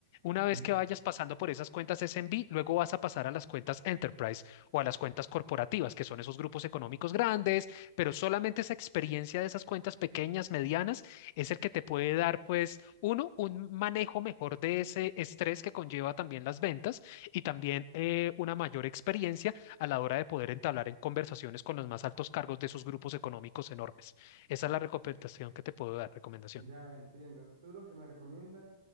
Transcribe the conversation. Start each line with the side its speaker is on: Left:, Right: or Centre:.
Left: una
Right: Ujú.
Left: vez que vayas pasando por esas cuentas SMB, luego vas a pasar a las cuentas Enterprise o a las cuentas corporativas, que son esos grupos económicos grandes, pero solamente esa experiencia de esas cuentas pequeñas, medianas, es el que te puede dar, pues, uno, un manejo mejor de ese estrés que conlleva también las ventas y también eh, una mayor experiencia a la hora de poder entablar en conversaciones con los más altos cargos de esos grupos económicos enormes. Esa es la recomendación que te puedo dar, recomendación.
Right: Ya entiendo. Tú lo que me recomiendas